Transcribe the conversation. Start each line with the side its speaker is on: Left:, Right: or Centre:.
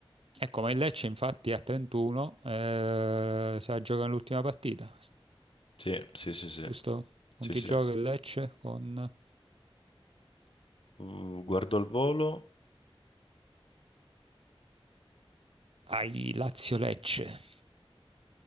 Right: Ecco, ma il Lecce infatti a 31 eh, si gioca l'ultima partita,
Left: Sì, sì, sì, sì,
Right: giusto? Con
Left: sì,
Right: chi
Left: sì.
Right: gioca il Lecce? Con
Left: Uh, guardo al volo,
Right: ai Lazio-Lecce.